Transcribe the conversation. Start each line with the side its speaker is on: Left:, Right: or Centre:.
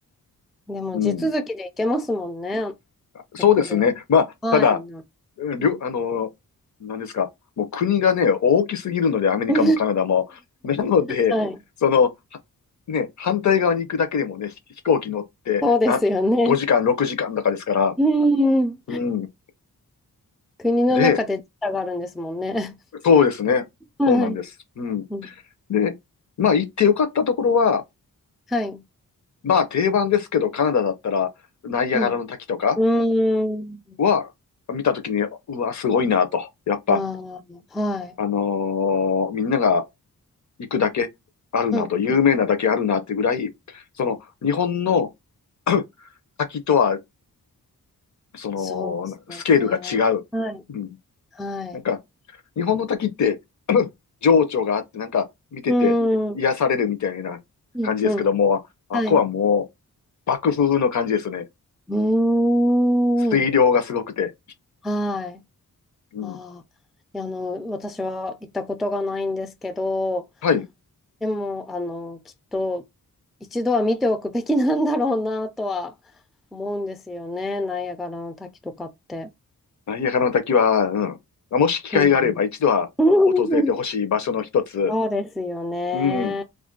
Centre: でも、
Left: うん。
Centre: 地続きで行けますもんね。
Left: そうですね。
Centre: 北米。
Left: まあ、
Centre: はい。
Left: ただ、りょ、
Centre: うん。
Left: あの、何ですか。もう国がね、大きすぎるので、アメリカもカナダも。
Centre: <laughs>
Left: なので、
Centre: はい。
Left: その、はね、反対側に行くだけでもね、ひ飛行機乗ってな、
Centre: そうですよね。
Left: 5時間、6時間とかですから。
Centre: うん。
Left: うん。
Centre: 国の中で時差があるんですもんね。
Left: で、そうですね。
Centre: <laughs> はい。
Left: そうなんです。うん。
Centre: うん。
Left: で、まあ行ってよかったところは、
Centre: はい。
Left: まあ定番ですけど、カナダだったら、ナイアガラの滝とか
Centre: うん。うーん。
Left: は、見たときに、うわ、すごいなと。やっぱ、
Centre: ああ、はい。
Left: あのーみんなが行くだけあるなと、
Centre: うん。
Left: 有名なだけあるなってぐらい、
Centre: うん
Left: その、日本の <coughs> <clears throat> 滝とは、その、
Centre: そうですよね。
Left: スケールが違う。
Centre: はい。
Left: うん。
Centre: はい。
Left: なんか、日本の滝って、情緒があって、なんか、見てて、
Centre: うーん。
Left: 癒されるみたいな感じですけども、
Centre: うん。うん。
Left: あっこはも
Centre: はい。う
Left: う、爆風の感じですね。
Centre: ーん。
Left: 水量がすごくて。
Centre: はい。
Left: うん。
Centre: ああ。いやあの、私は行ったことがないんですけど、
Left: はい。
Centre: でも、あの、きっと一度は見ておくべきなんだろうなとは思うんですよね、ナイアガラの滝とかって。
Left: ナイアガラの滝は、うん。まあもし機会があれば一度は訪れてほしい場所の一つ。
Centre: うん。<laughs> うんそうですよね。
Left: うん。で